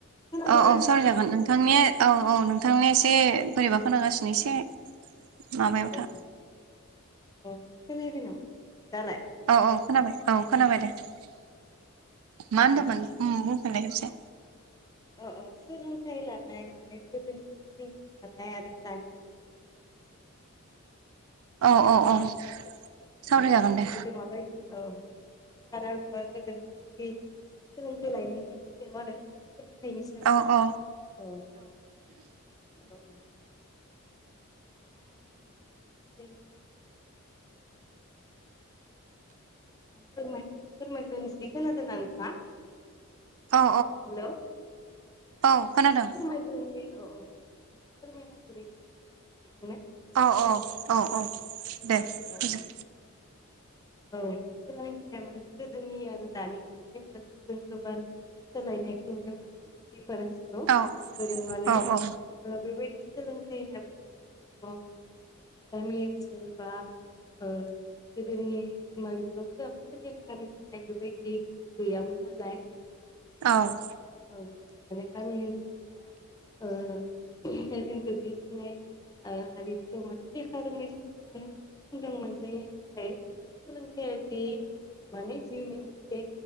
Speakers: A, on the left; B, on the right.
A: खोनादोंना?
B: अ अ सावराय जागोन नोंथांनिया अ अ नोथांनिया एसे बोरैबा खोनांगासिनो एसे माबायाव
A: अ अ अ
B: था
A: अ खोनायाखै नामा दालाय?
B: औ औ खोनाबाय औ खोनाबाय दे मा होनदोंमोन
A: औ औ
B: उ बुंफिननाय खेबसे
A: औ औ सोलोंथाइ लानाय माने गोदोनि सोलोंथाइ लानाय आरो दानि <unintelligible>
B: औ औ औ सावरायजागोन
A: औ
B: दे
A: गोदो माबायदि औ <unintelligible> गोदो माबायदि सोलोंथाइ लायोमोन बेनि सायाव आरो सोलोंथाइनि सायावनो
B: औ औ
A: औ औ औ <unintelligible> आं फोर फोरमायग्रोनोसै खोनादोंना नोंथांङा?
B: औ
A: हेल' <unintelligible> फोरोंगिरि
B: औ खोनादों
A: औ औ आं एसे फोरमायना होग्रोनि नोंथांनो
B: औ औ औ औ दे फोजोब
A: अ औ औ सोलोंथाइया माने गोदोनि आरो दानिखौ नायोब्लाथ' जों गोबां सोलायनायखौ नुनो मोनो दिफारेन्सखौ
B: औ
A: गोदो माने
B: औ औ
A: ओ बेबायदि सोलोंथाइ होनना बुंनो जोन दं गामि ओनसोल बा ओ गोदोनि बिमा बिफाफोराबोथ' लेखा रोंनाय बेबायदि गैयामोन नालाय
B: औ
A: औ माने गामि ओनसोल ओ जों गोग्लैसोनाय ओ हारिफोराव माने लेखा रोङै सुबु ङा मोजां मोनजायैनि थाखाय सोलोंथाइयारि माने जिउनि मोनसे